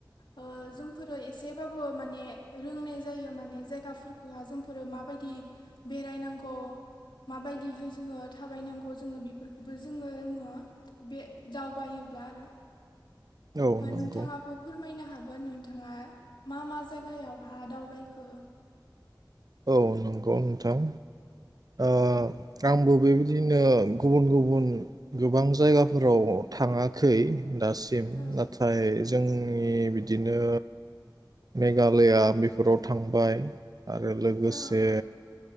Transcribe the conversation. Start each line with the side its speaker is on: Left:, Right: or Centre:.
Left: ओ जोंफोरो इसेबाबो माने‌ रोंनाय जायो माने जायगाफोरखौहा जोंफोरो माबायदि बेरायनांगौ माबायदिहै जोङो थाबायनांगौ जोङो बेफोरखौबो जोङो रोङो बे दावबायोब्ला आरो।
Right: औ नंगौ
Left: नोंथाङाबो फोरमायनो हागोन। <unintelligible> नोंथाङा मा मा जायगायावहा दावबायखो?
Right: औ नंगौ नोंथां ओ आंबो बेबायदिनो गुबुन गुबुन गोबां जायगाफोराव थाङाखै। दासिम
Left: ओ
Right: नाथाय जोंनि बिदिनो मेघालया बेफोराव थांबाय आरो लोगोसे
Left: ओ